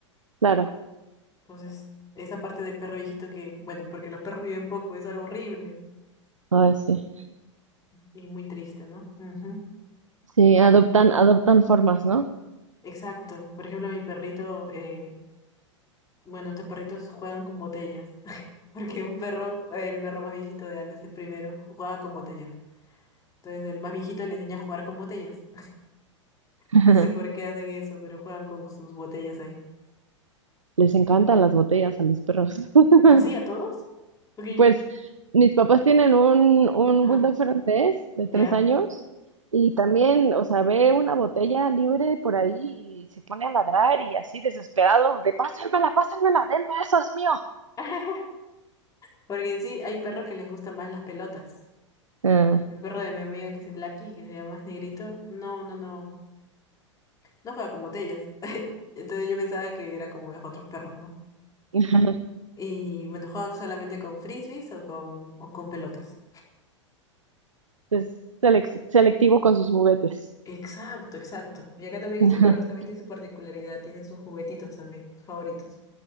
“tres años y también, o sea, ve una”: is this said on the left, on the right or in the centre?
Right